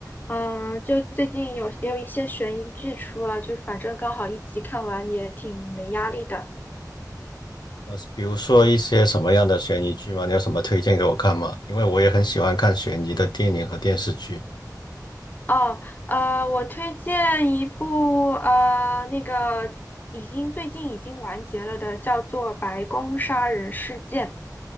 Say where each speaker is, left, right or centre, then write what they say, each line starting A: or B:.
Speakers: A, on the left; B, on the left.
A: 嗯，就最近有也有一些悬疑剧出了，就反正刚好一集看完也挺没压力的。
B: 呃，比如说一些什么样的悬疑剧吗？你有什么推荐给我看吗？因为我也很喜欢看悬疑的电影和电视剧。
A: 哦，呃，我推荐一部呃那个已经最近已经完结了的，叫做《白宫杀人事件》。